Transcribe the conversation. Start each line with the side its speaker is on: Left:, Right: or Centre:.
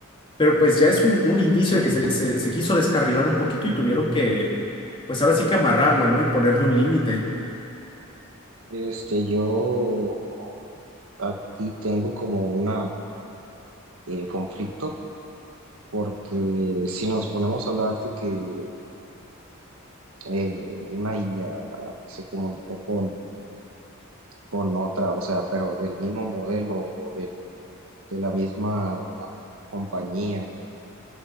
Left: pero pues ya es un, un indicio de que se, se, se quiso descarrilar un poquito y tuvieron que, pues ahora sí que amarrarla, ¿no? Y ponerle un límite.
Right: Este, yo aquí tengo como una eh, conflicto, porque si nos ponemos a hablar de que eh, una IA se comunicó con con otra, o sea, pero del mismo modelo o del de la misma ah, compañía.